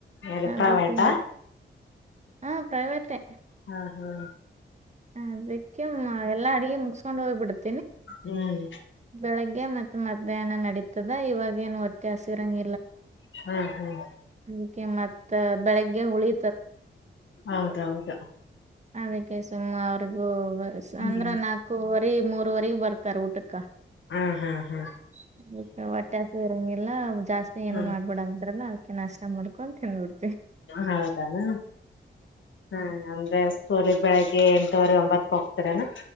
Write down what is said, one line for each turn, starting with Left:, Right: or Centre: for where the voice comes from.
Left: ಎಲ್ಲಿ
Right: ಅದಿಕ್ಕೆ
Left: ಪ್ರೈವೇಟಾ
Right: ಹಾಂ ಪ್ರೈವೇಟೆ.
Left: ಹಾಂ ಹಾಂ
Right: ಅದಿಕ್ಕೆ ಹ್ಮ್ ಎಲ್ಲಾ ಅಡಿಗೆ ಮುಗ್ ಸ್ಕೊಂಡ್ ಹೋಬಿಡದ್.
Left: ಹ್ಮ್
Right: ಬೆಳಿಗ್ಗೆ ಮತ್ ಮಧ್ಯಾಹ್ನ ನಡೀತದ ಇವಾಗ್ ಏನ್ ಒಟ್ಟೆ ಹಸಿರಂಗ್
Left: ಹ್ಮ್ ಹ್ಮ್.
Right: ಅದಿಕೆ ಮತ್ತ ಬೆಳಿಗ್ಗೆ ಹುಳಿ
Left: ಹೌದೌದು.
Right: ಅದಕ್ಕೆ ಸುಮ್ಮ ಅವ್ರಗೂ ಗೊರ್ಸ್
Left: ಹ್ಮ್
Right: ಅಂದ್ರ ನಾಕುವರ್ ರೆ ಮೂರುವರಿಗ್ ಬರ್ತಾರ್ ಊಟಕ್ಕ.
Left: ಹಾ ಹಾ ಹಾ
Right: <unintelligible> ವಟ್ಟಾಸ ಇರಂಗಿ ಎಲ್ಲಾ ಒಂದ್ ಜಾಸ್ತಿ ಏನು
Left: ಹ್ಮ್
Right: ಮಾಡ್ಬೇಡ ಅಂತರಲ್ಲ. ನಾಷ್ಟ ಮಾಡ್ಕೊಂತ್ ತಿನ್ಬಿಡು
Left: ಯಾವ್ನ್ ಹೇಳ್ದನ ಹಾ ಅಂದ್ರೆ ಸೋಲಿಗ್ ಬೆಳಿಗ್ಗೆ ಎಂಟುವರೆ ಒಂಬತ್ಕ್ ಹೋಗ್ ತರೇನ.